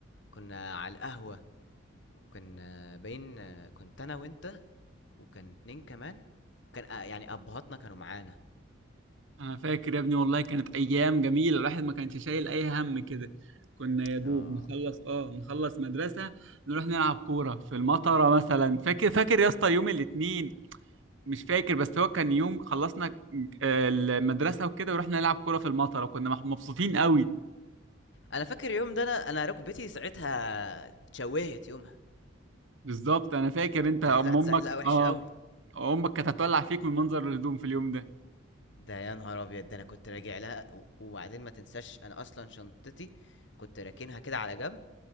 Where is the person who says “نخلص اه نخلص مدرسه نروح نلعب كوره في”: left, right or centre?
Right